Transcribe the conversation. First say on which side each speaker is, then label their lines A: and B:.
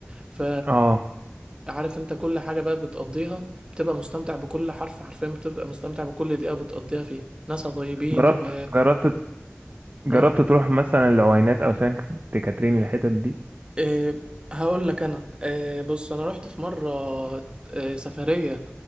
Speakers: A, on the right; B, on the right.
A: ف
B: اه
A: عارف انت كل حاجة بقى بتقضيها بتبقى مستمتع بكل حرف حرفيا بتبقى مستمتع بكل دقيقة بتقضيها فيها ناسها طيبين
B: جربت
A: و
B: جربت جربت
A: اه
B: تروح مثلا العوينات أو سانت كاترين الحتت دي
A: إيه هقول لك انا إيه بص انا رحت في مره إيه سفريه